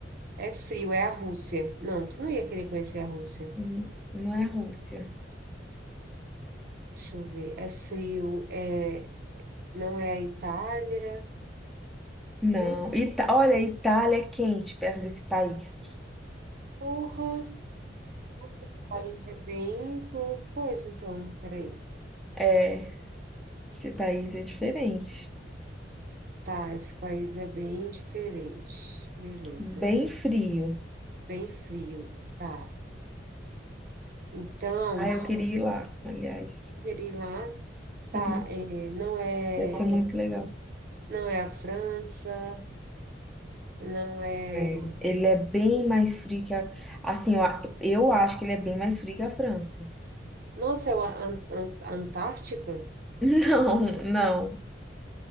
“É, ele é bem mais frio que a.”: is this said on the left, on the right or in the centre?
Centre